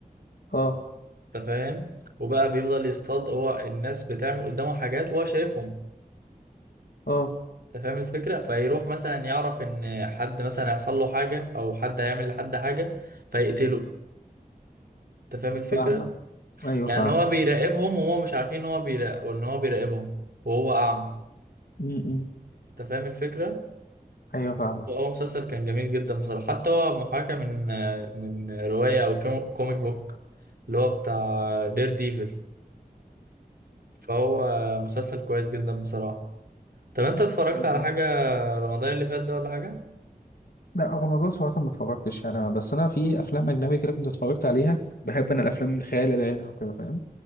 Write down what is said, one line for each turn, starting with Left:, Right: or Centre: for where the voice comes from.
Left: أه
Right: أنت فاهم وبقى بيفضل يصطاد هو الناس بتعمل قدامه حاجات وهو شايفهم
Left: أه
Right: أنت فاهم الفكرة فيروح مثلا يعرف إن حد مثلا هيحصل له حاجة أو حد هيعمل لحد حاجة فيقتله أنت فاهم الفكرة
Left: فاهمك أيوه
Right: يعني
Left: فاهمك
Right: هو بيراقبهم وهو مش عارفين إن هو بيراقب وإن هو بيراقبهم وهو أعمى
Left: م- م.
Right: أنت فاهم الفكرة
Left: أيوه فاهمك
Right: هو مسلسل كان جميل جدا بصراحة حتى هو محاكاة من من رواية أو كوم- كوميك بوك اللي هو بتاع دير ديفل فهو مسلسل كويس جدا بصراحة طب أنت اتفرجت
Left: امم
Right: على حاجة رمضان اللي فات ده ولا حاجة؟
Left: لا هو موضوع صراحة ما اتفرجتش يعني انا بس انا في افلام اجنبي كده كنت اتفرجت عليها بحب انا الافلام الخيال العلمي وكده فاهم